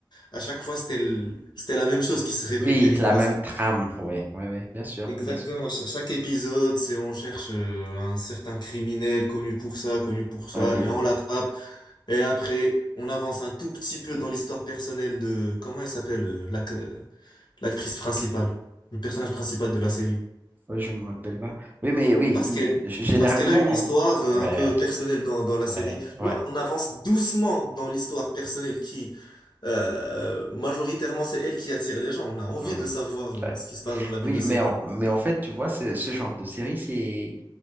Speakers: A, on the left (about 60°); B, on the right (about 20°).
A: à chaque fois, c'était le- c'était la même chose qui se répétait.
B: Oui,
A: Tu
B: la
A: vois,
B: même trame. Oui, oui, oui, bien sûr,
A: Exactement,
B: bien sûr.
A: Cha- chaque épisode, c'est on cherche euh, un certain criminel connu pour ça, connu pour ça,
B: Oui,
A: et on l'attrape. Et après, on avance un tout petit peu dans l'histoire personnelle de, comment elle s'appelle, euh, l'ac- euh, l'actrice principale, le personnage principal de la série.
B: Oui, je me rappelle pas. Oui, mais oui,
A: Parce
B: euh,
A: qu'elle,
B: g- généralement.
A: parce qu'elle a une histoire euh,
B: Ouais,
A: un peu personnelle dans, dans la
B: ouais,
A: série. Tu
B: ouais.
A: vois, on avance doucement dans l'histoire personnelle qui, euh, majoritairement, c'est elle qui attire les gens. On a envie
B: Hmm,
A: de savoir euh,
B: ouais.
A: ce qui se passe dans la vie
B: Oui,
A: de cette...
B: mais en, mais en fait, tu vois, ce, ce genre de série, c'est